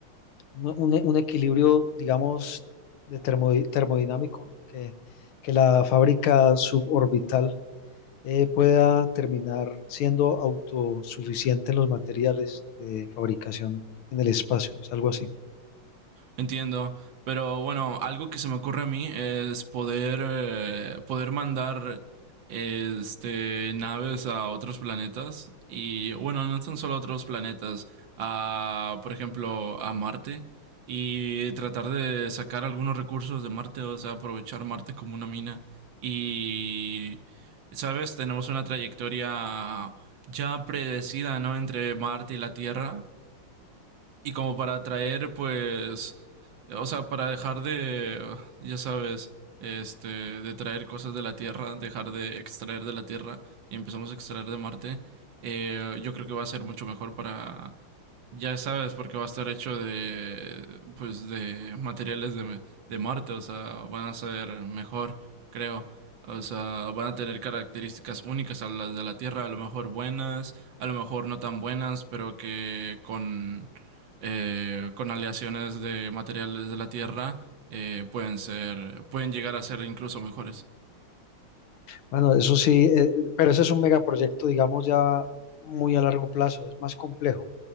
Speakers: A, on the left; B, on the right.
A: un, un equilibrio, digamos, de termo- termodinámico que, que la fábrica suborbital eh, pueda terminar siendo autosuficiente en los materiales de fabricación en el espacio. Es algo así.
B: Entiendo, pero bueno, algo que se me ocurre a mí es poder, eh, poder mandar este, naves a otros planetas y bueno, no son solo otros planetas, a, por ejemplo, a Marte y tratar de sacar algunos recursos de Marte, o sea, aprovechar Marte como una mina y, ¿sabes? Tenemos una trayectoria ya predecida, ¿no? Entre Marte y la Tierra y como para traer pues, o sea, para dejar de, ya sabes, este, de traer cosas de la Tierra, dejar de extraer de la Tierra y empezamos a extraer de Marte, eh, yo creo que va a ser mucho mejor para, ya sabes, porque va a estar hecho de, pues, de materiales de, de Marte, o sea, van a ser mejor, creo. O sea, van a tener características únicas a las de la Tierra, a lo mejor buenas, a lo mejor no tan buenas, pero que con eh, con aleaciones de materiales de la Tierra eh, pueden ser, pueden llegar a ser incluso mejores.
A: Bueno, eso sí, eh, pero ese es un megaproyecto, digamos, ya muy a largo plazo, es más complejo.